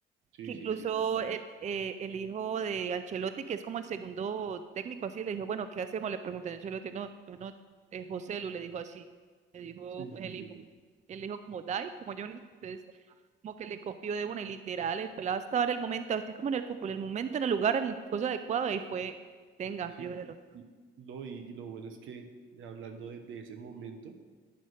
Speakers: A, on the right (about 80°); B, on the right (about 35°).
A: Sí,
B: que incluso
A: sí, sí, total.
B: el, eh, el hijo de Ancelotti, que es como el segundo técnico así, le dijo, bueno, ¿qué hacemos? Le pregunté a Ancelotti, no, no, no, eh, José Lu le dijo así, le dijo
A: Sí,
B: pues,
A: sí,
B: el
A: sí.
B: hijo, el hijo como Dai, como Johnny, entonces como que le copió de una y literal, el pelado estaba en el momento, así como en el fútbol, el momento, en el lugar, en el cosa adecuado, y fue, tenga,
A: Sí.
B: llórelo.
A: Y, no, y, y lo bueno es que, ya hablando de de ese momento,